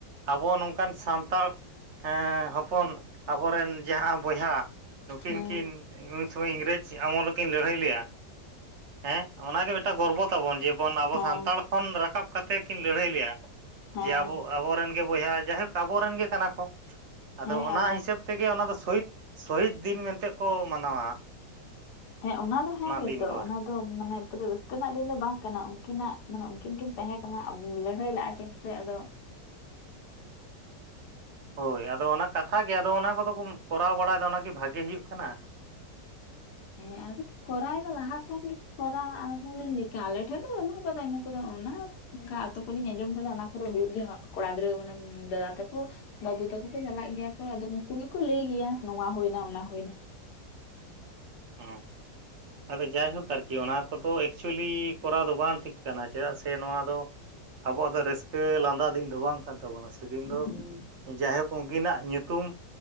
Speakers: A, on the right; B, on the left.
A: ᱟᱵᱚ ᱱᱚᱝᱠᱟᱱ ᱥᱟᱱᱛᱟᱲ ᱦᱮᱸ ᱦᱚᱯᱚᱱ ᱟᱵᱚᱨᱮᱱ ᱡᱟᱦᱟᱸ ᱵᱚᱭᱦᱟ ᱱᱩᱠᱤᱱ
B: ᱦᱮᱸ
A: ᱠᱤᱱ ᱩᱱ ᱥᱚᱢᱚᱭ ᱤᱝᱨᱮᱡᱽ ᱟᱢᱚᱞ ᱨᱮᱠᱤᱱ ᱞᱟᱹᱲᱦᱟᱹᱭ ᱞᱮᱼᱟ ᱦᱮᱸ ᱚᱱᱟᱜᱮ ᱢᱤᱫᱴᱟᱝ ᱜᱚᱨᱵᱚ ᱛᱟᱵᱚᱱ ᱡᱮᱢᱚᱱ ᱟᱵᱚ
B: ᱦᱮᱸ
A: ᱥᱟᱱᱛᱟᱲ ᱠᱷᱚᱱ ᱨᱟᱠᱟᱵ ᱠᱟᱛᱮ ᱠᱤᱱ ᱞᱟᱹᱲᱦᱟᱹᱭ ᱞᱮᱭᱟ
B: ᱦᱮᱸ
A: ᱡᱮ ᱟᱵᱚ ᱟᱵᱚᱨᱮᱱ ᱵᱚᱭᱦᱟ ᱡᱟᱭᱦᱳᱠ ᱟᱵᱚᱨᱮᱱ ᱜᱮ ᱠᱟᱱᱟ ᱠᱚ ᱟᱫᱚ
B: ᱦᱮᱸ
A: ᱚᱱᱟ
B: ᱟᱵᱚ
A: ᱦᱤᱥᱟᱹᱵ ᱛᱮᱜᱮ ᱚᱱᱟ ᱫᱚ ᱥᱚᱦᱤᱫ ᱥᱚᱦᱤᱫ ᱫᱤᱱ ᱢᱮᱱᱛᱮ ᱠᱚ ᱢᱟᱱᱟᱣᱟ
B: ᱦᱮᱸ ᱚᱱᱟ ᱫᱚ ᱦᱮᱸ ᱜᱮᱛᱚ
A: ᱫᱤᱱ ᱫᱚ ᱟᱨᱠᱤ
B: ᱚᱱᱟ ᱢᱟᱱᱮ ᱯᱩᱨᱟᱹ ᱨᱟᱹᱥᱠᱟᱹ ᱨᱮᱱᱟᱜ ᱫᱤᱱ ᱫᱚ ᱵᱟᱝ ᱠᱟᱱᱟ ᱩᱱᱠᱤᱱᱟᱜ ᱢᱟᱱᱮ ᱩᱱᱠᱤᱱ ᱠᱤᱱ ᱛᱟᱦᱮᱸ ᱠᱟᱱᱟ ᱞᱟᱹᱲᱦᱟᱹᱭ ᱞᱟᱜᱼᱟ ᱠᱤᱱ ᱥᱮ ᱟᱫᱚ
A: ᱦᱳᱭ ᱟᱫᱚ ᱚᱱᱟ ᱠᱟᱛᱷᱟ ᱜᱮ ᱟᱫᱚ ᱚᱱᱟ ᱠᱚᱫᱚ ᱠᱚ ᱠᱚᱨᱟᱣ ᱵᱟᱲᱟᱭᱮᱫᱟ ᱚᱱᱟᱜᱮ ᱵᱷᱟᱹᱜᱤ ᱦᱩᱭᱩᱜ ᱠᱟᱱᱟ
B: ᱦᱮᱸ ᱟᱫᱚ ᱠᱚᱨᱟᱣ ᱫᱚ ᱞᱟᱦᱟ ᱠᱷᱚᱱ ᱜᱮ ᱠᱚᱨᱟᱣ ᱟᱞᱤᱧ ᱟᱞᱮ ᱴᱷᱮᱱ ᱫᱚ ᱵᱟᱹᱱᱩᱜᱠᱟᱫᱟ ᱠᱚᱫᱚ ᱚᱱᱟ ᱚᱱᱠᱟ ᱟᱛᱳ ᱠᱚᱞᱤᱧ ᱟᱸᱡᱚᱢ ᱟᱠᱟᱫᱟ ᱚᱱᱟ ᱠᱚᱨᱮ ᱦᱩᱭᱩᱜ ᱜᱮᱭᱟ ᱠᱚᱲᱟ ᱜᱤᱫᱽᱨᱟᱹ ᱢᱟᱱᱮ ᱫᱟᱫᱟ ᱛᱟᱠᱚ ᱵᱟᱹᱵᱩ ᱛᱟᱠᱚ ᱠᱚ ᱪᱟᱞᱟᱜ ᱜᱮᱭᱟ ᱠᱚ ᱟᱫᱚ ᱩᱱᱠᱩ ᱜᱮᱠᱚ ᱞᱟᱹᱭ ᱜᱮᱭᱟ ᱱᱚᱶᱟ ᱦᱩᱭᱱᱟ ᱚᱱᱟ ᱦᱩᱭᱱᱟ
A: ᱦᱩᱸ ᱟᱫᱚ ᱡᱟᱭᱦᱳᱠ ᱟᱨᱠᱤ ᱚᱱᱟ ᱠᱚᱫᱚ ᱮᱠᱪᱩᱭᱮᱞᱤ ᱠᱚᱨᱟᱣ ᱫᱚ ᱵᱟᱝ ᱴᱷᱤᱠ ᱠᱟᱱᱟ ᱪᱮᱫᱟᱜ ᱥᱮ ᱱᱚᱣᱟ ᱫᱚ ᱟᱵᱚᱣᱟᱜ ᱫᱚ ᱨᱟᱹᱥᱠᱟᱹ ᱞᱟᱸᱫᱟ ᱫᱤᱱ ᱫᱚ ᱵᱟᱝ ᱠᱟᱱ ᱛᱟᱵᱚᱱᱟ ᱥᱮᱫᱤᱱ ᱫᱚ
B: ᱦᱩᱸ
A: ᱡᱟᱭᱦᱳᱠ ᱩᱱᱠᱤᱱᱟᱜ ᱧᱩᱛᱩᱢ